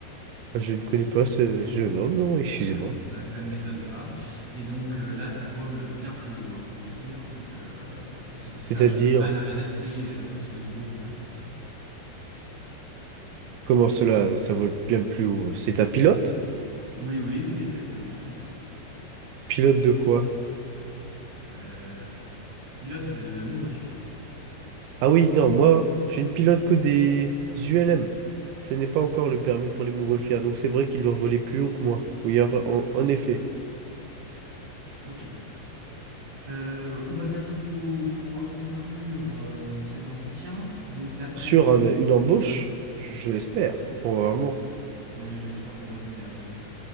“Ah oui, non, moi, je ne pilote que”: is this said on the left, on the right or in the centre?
Right